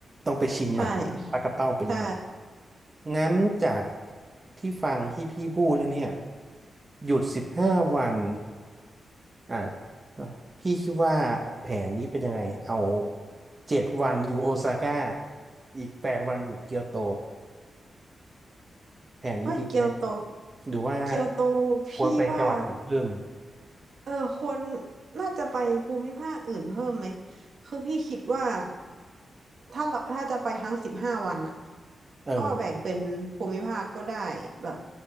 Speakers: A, on the right; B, on the right.
A: ต้องไปชิมหน่อยปลากระเป้าเป็นยังไง
B: ใช่ใช่
A: งั้นจากที่ฟังที่พี่พูดแล้วเนี่ยหยุดสิบห้าวันอ่าพี่คิดว่าแผนนี้เป็นยังไงเอาเจ็ดวันอยู่โอซาก้าอีกแปดวันอยู่เกียวโตแผนนี้ดีไหม
B: เฮ้ยเกียวโต
A: หรือว่า
B: เกียวโตพี่ว่า
A: ควรไปจังหวัดอื่นเพิ่ม
B: เออควรน่าจะไปภูมิภาคอื่นเพิ่มไหมคือพี่คิดว่าถ้าเราถ้าจะไปทั้งสิบห้าวันอ่ะ
A: เออ
B: ก็แบ่งเป็นภูมิภาคก็ได้แบบ